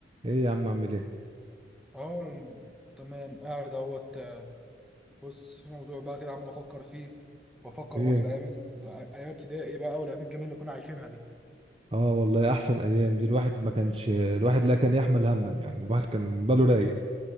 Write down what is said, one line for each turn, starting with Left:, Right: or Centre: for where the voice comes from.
Right: ايه يا عم اعمل ايه
Centre: اه تمام قاعد اهوت بص في موضوع بقى كده عمال افكر فيه وافكر
Right: ايه
Centre: بقى في الايام ال- ايام ابتدائي بقى والايام الجميله اللي كنا عايشينها دي
Right: اه والله احسن ايام دي الواحد ما كانش الواحد لا كان يحمل هما يعني الواحد كان باله
Centre: بص
Right: رايق